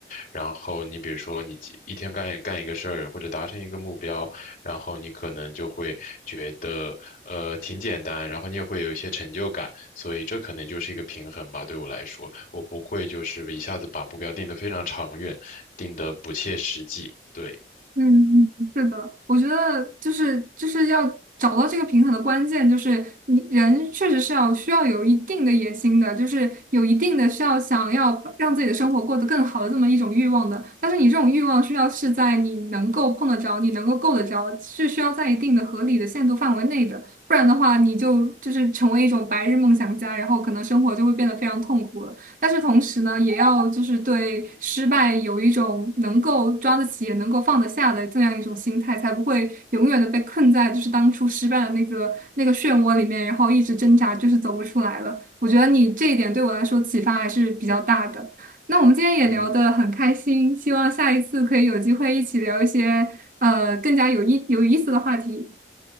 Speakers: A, on the left (about 50°); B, on the right (about 45°).
A: 然后你比如说你几一天干干一个事儿或者达成一个目标，然后你可能就会觉得呃挺简单，然后你也会有一些成就感，所以这可能就是一个平衡吧。对我来说，我不会就是一下子把目标定得非常长远，定得不切实际。对，
B: 嗯，嗯是的，我觉得就是就是要找到这个平衡的关键，就是你人确实是要需要有一定的野心的，就是有一定的需要想要把让自己的生活过得更好的这么一种欲望的。但是你这种欲望需要是在你能够碰得着、你能够够得着，是需要在一定的合理的限度范围内的，不然的话，你就就是成为一种白日梦想家，然后可能生活就会变得非常痛苦了。但是同时呢，也要就是对失败有一种能够抓得起也能够放得下的这样一种心态，才不会永远的被困在就是当初失败的那个那个漩涡里面，然后一直挣扎，就是走不出来了。我觉得你这一点对我来说启发还是比较大的。那我们今天也聊得很开心，
A: 嗯，
B: 希望下一次可以有机会一起聊一些呃更加有意有意思的话题。